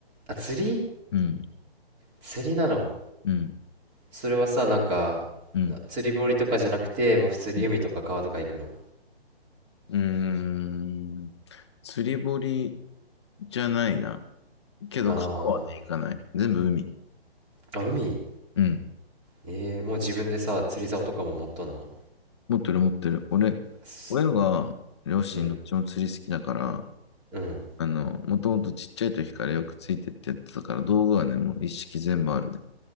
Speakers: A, on the right; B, on the left.
A: あ、釣り
B: うん、
A: 釣りなの
B: うん、
A: それはさ、なんか、
B: うん。
A: 釣り堀とかじゃなくて、もう普通に海とか川とか行くの。
B: うんうーん。釣り堀じゃないな。けど川はね、
A: あ
B: 行かない。全部海。
A: ー、あ、海
B: うん。
A: えー、もう自分でさ、釣り竿とかも持っとんの
B: 持ってる持ってる。俺、
A: す
B: 親が、両親どっちも釣り好きだから、
A: うん、うん。
B: あの、もともとちっちゃい時からよくついてってやってたから、道具はね、もう一式全部あるね。